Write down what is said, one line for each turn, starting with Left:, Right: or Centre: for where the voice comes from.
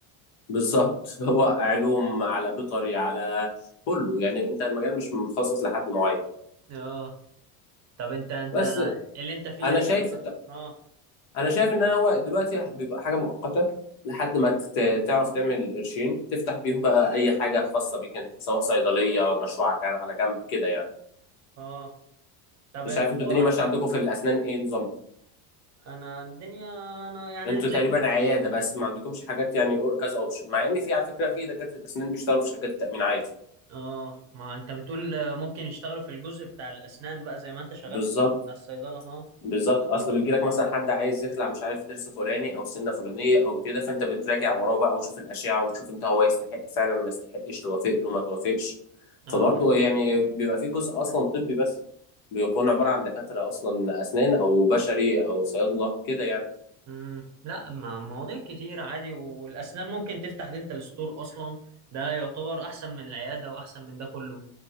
Left: بالظبط <laughs> هو علوم على بيطري على كله يعني انت المجال مش متخصص لحد معين
Right: اه طب انت انت
Left: بس
Right: اللي انت فيه
Left: انا
Right: يعني
Left: شايف
Right: دلوقتي اه
Left: انا شايف ان هو دلوقتي بيبقى حاجه مؤقته لحد ما تت- تعرف تعمل قرشين تفتح بيهم بقى اي حاجه خاصه بيك انت سواء صيدليه مشروع على جنب على جنب كده يعني
Right: اه طب
Left: مش
Right: الحوارات
Left: عارف انتوا الدنيا ماشيه عندكم في الاسنان ايه نظامها
Right: أنا الدنيا أنا يعني
Left: انتوا
Right: زي
Left: تقريبا
Right: ما-
Left: عياده بس ما عندكمش حاجات يعني أو- كذا اوبشن مع ان في على فكره في دكاتره اسنان بيشتغلوا في شركات التامين عادي
Right: اه ما أنت بتقول ممكن يشتغلوا في الجزء بتاع الأسنان بقى زي ما أنت شغال
Left: بالظبط
Right: في الجزء بتاع الصيدلة ها
Left: بالظبط اصل بيجي لك مثلا حد عايز يخلع مش عارف ضرس فلاني او سنه فلانيه او كده فانت بتراجع وراه بقى وتشوف الاشعه وتشوف انت هو يستحق فعلا ما يستحقش توافق له ما توافقش
Right: اه
Left: فبرضه يعني بيبقى في جزء اصلا طبي بس بيكون عباره عن دكاتره اصلا اسنان او بشري او صيادله كده يعني
Right: امم لا مع مواضيع كتير عادي والاسنان ممكن تفتح دينتال ستور اصلا ده يعتبر احسن من العياده واحسن من ده كله